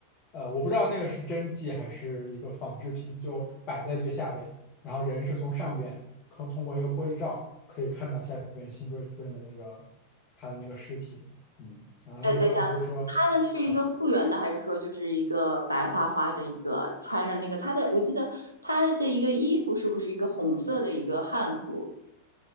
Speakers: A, on the left (about 35°); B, on the right (about 85°).
A: 呃，我不知道那个是真迹还是一个仿制品，就摆在最下边，然后人是从上边，可通过一个玻璃罩可以看到下边辛追夫人的那个他的那个尸体。嗯，然后他们说不是说。
B: 哎，等一下，他的是一个复原的，
A: 啊。
B: 还是说就是一个白花花的一个穿着那个他的？我记得他的一个衣服是不是一个红色的一个汉服？